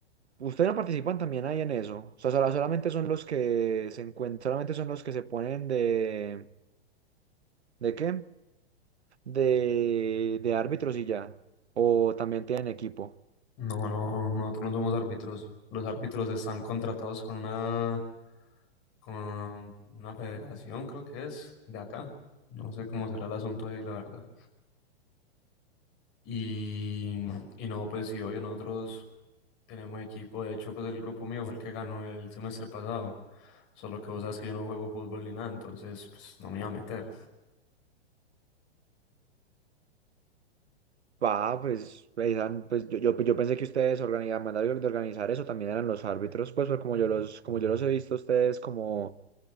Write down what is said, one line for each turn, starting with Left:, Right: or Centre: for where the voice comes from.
Right: ¿ustedes no participan también ahí en eso? O sea, sola- solamente son los que se encuentran, solamente son los que se ponen de, ¿de qué? De, de árbitros y ya. O también tienen equipo.
Left: No, no, nosotros no somos árbitros, los árbitros están contratados con una, con una federación, creo que es, de acá, no sé cómo será el asunto ahí, la verdad. Y, y no, pues sí, obvio, nosotros tenemos equipo. De hecho, pues el grupo mío fue el que ganó el semestre pasado. Solo que vos sabes que yo no juego fútbol ni nada, entonces pues no me iba a meter.
Right: Ah, pues, eran- pues yo, yo, yo pensé que ustedes organizaban, mandaban de organizar eso, también eran los árbitros, pues, pues, como yo los, como yo los he visto a ustedes como